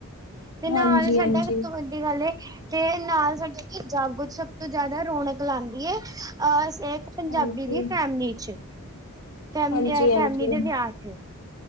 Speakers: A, on the right; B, on the left.
A: ਤੇ ਨਾਲ
B: ਹਾਂਜੀ
A: ਸਾਡਾ
B: ਹਾਂਜੀ ਹਾਂਜੀ
A: ੇ <unintelligible> ਤੇ ਨਾਲ ਸਾਡੇ ਏ ਜਾਗੋ ਚ ਸਭ ਤੋਂ ਜ਼ਿਆਦਾ ਰੌਣਕ ਲਾਉਂਦੀ ਹੈ ਅਹ ਇੱਕ ਪੰਜਾਬੀ
B: ਹਾਂਜੀ
A: ਦੀ ਫੈਮਲੀ ਚ ਫੈਮ
B: ਹਾਂਜੀ
A: ਅਹ
B: ਹਾਂਜੀ
A: ਫੈਮਲੀ ਦੇ ਵਿਆਹ ਚ